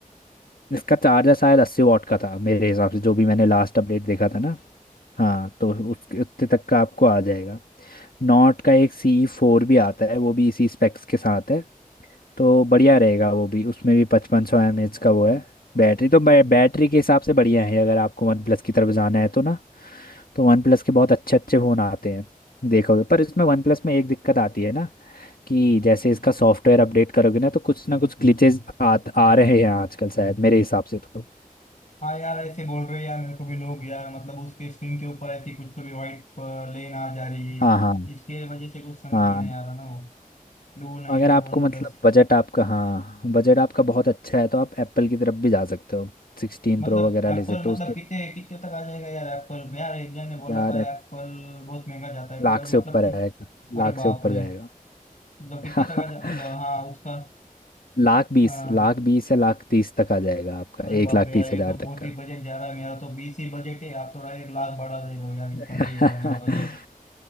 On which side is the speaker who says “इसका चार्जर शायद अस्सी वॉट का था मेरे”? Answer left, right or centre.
Left